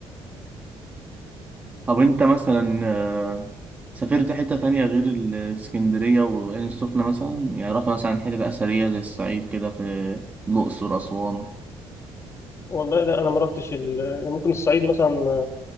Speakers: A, on the right; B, on the left.
A: طب انت مثلا آه، سافرت حتة تانية غير ال- الاسكندرية وعين السخنة مثلا يعني رحت مثلا حتة أثرية زي الصعيد كده في الأقصر أسوان
B: والله لا انا ما رحتش ال- أنا ممكن الصعيد مثلا